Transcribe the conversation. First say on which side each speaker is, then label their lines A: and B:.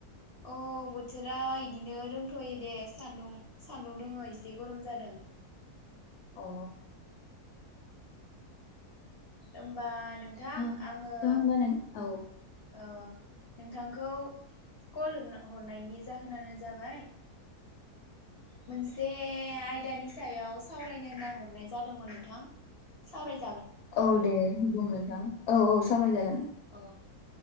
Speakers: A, on the left; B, on the left.
A: औ बोथोरा इदिनो रोंथयो दे सान्दुं सान्दुं दोङो एसे गरम जादों।
B: अ
A: ओमबा नोंथां
B: थ'
A: आङो
B: थ' होमबा नों औ
A: ओ नोंथांखौ कल हरनायनि जाहोनानो जाबाय। मोनसे आइ दानि सायाव सावरायनो होनना हरनाय जादोंमोन नोंथां। सावराय
B: औ दे बुं नोंथां औ औ सावराय जागोन।
A: अ